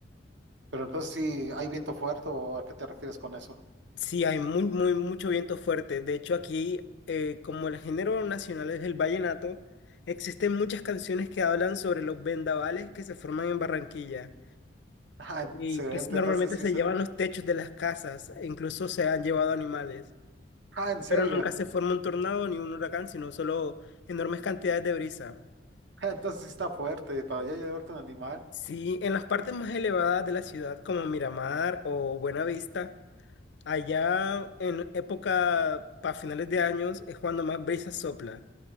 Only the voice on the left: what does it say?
Sí, hay muy, muy, mucho viento fuerte. De hecho, aquí, eh, como el género nacional es el vallenato, existen muchas canciones que hablan sobre los vendavales que se forman en Barranquilla
y que s- normalmente
se
llevan los techos de las casas, e incluso se han llevado animales,
pero nunca se forma un tornado ni un huracán, sino solo enormes cantidades de brisa.
Sí, en las partes más elevadas de la ciudad, como Miramar o Buenavista, allá en época para finales de años es cuando más brisa sopla